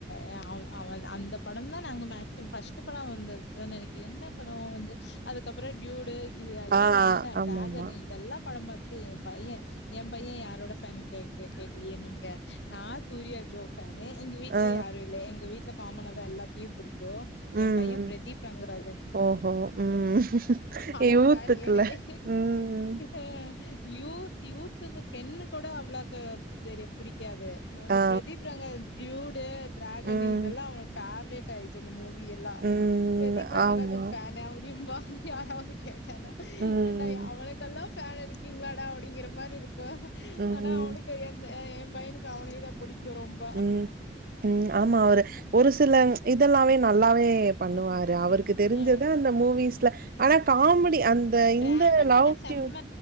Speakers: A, on the left (about 80°); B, on the right (about 55°).
A: எ அவ அவ அந்த படந் தா நாங்க மேக்சிமம் ஃபஸ்ட்டு படம் அவந்தது நெனைக்க என்ன படோ வந்து அதுக்கப்புறோ டியூடு இது எல்லா
B: ஆ
A: லைனா
B: ஆமாமா
A: டிராகனு இதெல்லா படம் பாத்துட்டு என் பையன் எ பையன் யாரோட ஃபேன் கே கேக்கலையே நீங்க நா சூர்யா ஜோ ஃபேனு எங்க வீட்ல
B: ஆ
A: யாரு இல்ல எங்க வீட்ல காமனாதா எல்லாத்தையு பிடிக்கு
B: ம் ம்
A: எ பைய பிரதீப் ரங்கராஜன்
B: ஓஹோ ம்
A: அவ
B: யூத்துக்குள்ள
A: ஃபேனு எனக்கே
B: ம்
A: ஆ யூத் யூத்துக்கு கென்னு கூட அவ்ளோக்கு தெரிய புடிக்காது அது
B: ஆ
A: பிரதீப் ரங்க டியூடு டிராகன்
B: ம்
A: இதெல்லா அவனுக் ஃபேவரேட் டாயிச்சு அந்த மூவி எல்லா
B: ம்.
A: பிரதீப் ரங்கராஜன்
B: ஆமா.
A: ஃபேனு அப்டிம்பா யாராவது கேட்டான்னா
B: ம்.
A: ஏடா அவனுக்கெல்லா ஃபேன் இருக்கீங்களாடா அப்டிங்கற மாரி இருக்கு
B: ம்.
A: ஆனா அவனுக் கு எந்த எ பையனுக்கு அவனேதா புடிக்கு ரொம்ப
B: ம். ம் ஆமா அவரு ஒரு சில இதெல்லாமே நல்லாவே பண்ணுவாரு அவருக்கு தெரிஞ்சத
A: அ
B: அந்த மூவிஸ்ல ஆனா காமெடி அந் த
A: டிராகன்
B: இந்த லவ்ட்யூட்
A: படோ செம்ம